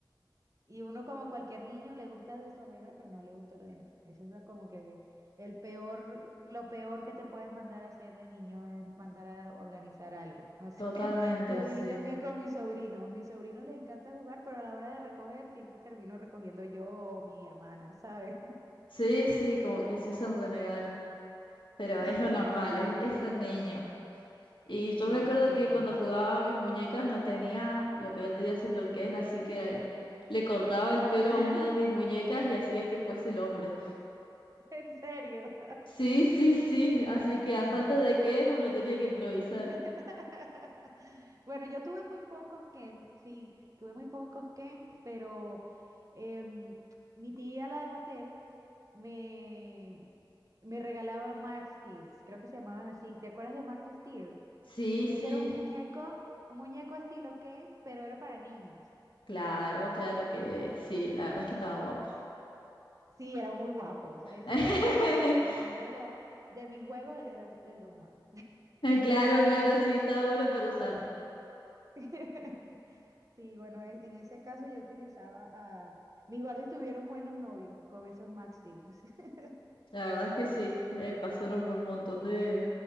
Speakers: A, on the right; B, on the left.
A: Y uno como cualquier niño le gusta desordenar, pero no le gusta ordenar. Eso es lo, como que el peor, lo peor que te pueden mandar a hacer de niño es mandar a organizar algo. No sé,
B: Totalmente,
A: <laughs> lo viví
B: sí.
A: también con mis sobrinos. Mis sobrinos les encanta jugar, pero a la hora de recoger siempre termino recogiendo yo o mi hermana, ¿sabes?
B: Sí, sí, como que se hacen renegar. Pero
A: <laughs>
B: es lo normal, es,
A: Así,
B: es ser niño. Y
A: sí,
B: yo me acuerdo
A: totalmente.
B: que cuando jugaba a mis muñecas no tenía lo que vendría siendo el Ken, así que eh, le cortaba el pelo
A: <laughs>
B: a una de mis muñecas y hacía que fuese el hombre.
A: En serio.
B: Sí, sí, sí. Así que a
A: <laughs>
B: falta de Ken uno tenía que improvisar.
A: <laughs> Bueno, yo tuve muy pocos Kens, sí, tuve muy pocos Kens, pero em, mi tía, la de Mattel, me, me regalaba Max Steel, creo que se llamaban así. ¿Te acuerdas de Max Steel?
B: Sí,
A: Que
B: sí.
A: ese era un muñeco, un muñeco estilo Ken, pero era para niños.
B: Claro, claro que sí. La verdad es que estaba guapo.
A: Sí, eran muy guapos. Ese
B: <laughs>
A: era el, el Don Juan de la, de mis juegos, él era el el Don Juan.
B: Claro, claro, sí, está bueno para usar.
A: <laughs> Sí, bueno, e- en ese caso yo utilizaba a... Mis Barbies tuvieron buenos novios con esos Max Steels <laughs>
B: La verdad es que sí, eh, pasaron por un montón de,